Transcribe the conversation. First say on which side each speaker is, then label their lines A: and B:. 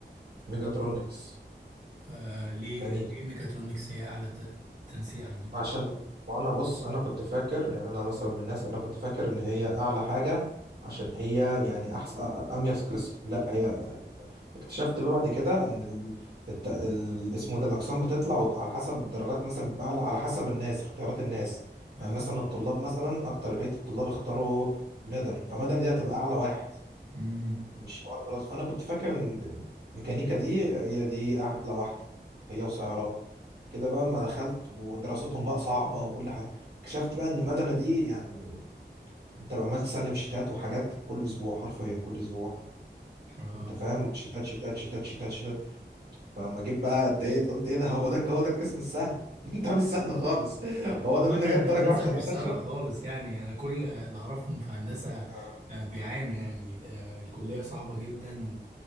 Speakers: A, on the right (about 65°); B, on the right (about 40°).
A: ميجاترونكس
B: آه ليه
A: ميكانيكا
B: ليه ميكاترونكس هي اعلى ت- تنسيق عندكم
A: عشان وانا بص انا كنت فاكر يعني انا مثلا من الناس انا كنت فاكر ان هي اعلى حاجه عشان هي يعني احسن اميز قسم لا هي اكتشفت بقى بعد كده ان ال... الت... ال... اسمه ده الاقسام بتطلع وت- على حسب الدرجات مثلا بيبقى اعلى على حسب الناس اختيارات الناس
B: اه
A: يعني مثلا الطلاب مثلا اكتريه الطلاب اختاروا مدني فمدني دي هتبقى اعلى واحد
B: امم
A: مش حوار دراسة فأنا كنت فاكر إن إن الميكانيكا دي هي دي أحلى واحدة هي وسيارات كده بقى أما دخلت ودراستهم بقى صعبة وكل حاجة اكتشفت بقى إن مدنة دي يعني أنت عمال تسلم شيتات وحاجات كل أسبوع حرفيا كل أسبوع
B: اه
A: أنت فاهم شيتات شيتات شيتات شيتات شيتات فلما جيت بقى اتضايقت قلت إيه ده هو ده هو ده القسم السهل <laughs> ده مش سهل خالص هو
B: عامة
A: ده اللي أنا
B: الهندسة
A: جايب درجة وحشة أنا
B: مش سهلة
A: أخشه
B: خالص يعني أنا كل اللي أعرفهم في هندسة
A: آه.
B: آه، بيعانوا يعني آه، الكلية صعبة جدا